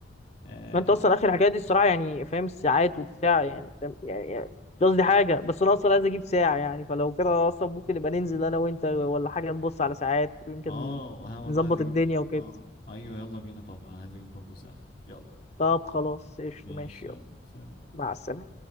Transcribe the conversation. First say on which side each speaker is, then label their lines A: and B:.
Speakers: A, on the left; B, on the left.
A: آه
B: ما أنت أصلا آخر حكاية دي الصراحة يعني فاهم الساعات وبتاع يعني فاهم يعني يعني قصدي حاجة بس أنا أصلا عايز أجيب ساعة يعني فلو كده أصلا ممكن نبقى ننزل أنا وأنت ولا حاجة نبص على ساعات يمكن
A: آه وأنا برضه
B: نظبط
A: عايز أجيب
B: الدنيا وكده
A: آه أيوه يلا بينا طبعا أنا عايز أجيب برضه ساعة يلا
B: طب خلاص قشطة
A: ماشي
B: ماشي
A: يلا سلام
B: مع السلامة